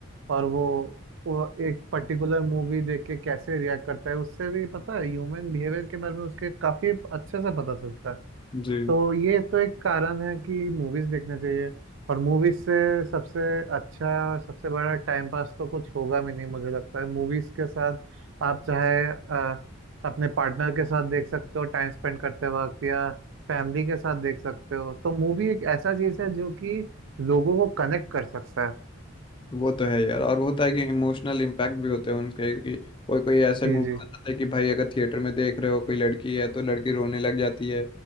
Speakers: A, on the right (about 65°); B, on the left (about 25°).
A: और वो वो एक पर्टिकुलर मूवी देख के कैसे रिएक्ट करता है उससे भी पता है ह्यूमन बिहेवियर के बारे में उसके काफ़ी अच्छे से पता चलता है
B: जी
A: तो ये तो एक कारण है कि मूवीज देखने चाहिए और मूवीज से सबसे अच्छा और सबसे बड़ा टाइम पास तो कुछ होगा भी नहीं मुझे लगता है मूवीज के साथ आप चाहे अ, अपने पार्टनर के साथ देख सकते हो टाइम स्पेंड करते वक्त या फैमिली के साथ देख सकते हो तो मूवी एक ऐसा चीज है जो कि लोगों को कनेक्ट कर सकता है
B: वो तो है यार और होता है कि इमोशनल इम्पैक्ट भी होते हैं उनके कि कोई कोई ऐसे
A: जी
B: मूवी
A: जी
B: बताते हैं कि भाई अगर थिएटर में देख रहे हो कोई लड़की है तो लड़की रोने लग जाती है